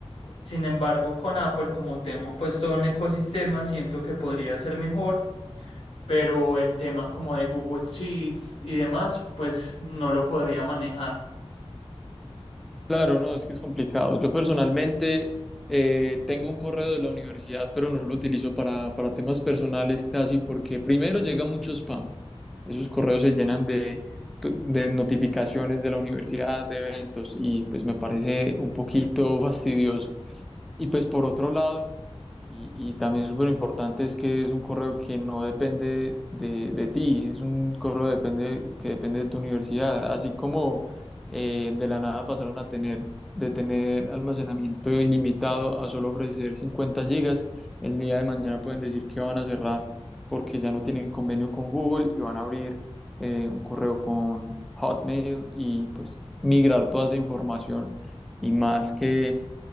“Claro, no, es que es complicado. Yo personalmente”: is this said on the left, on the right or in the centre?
Centre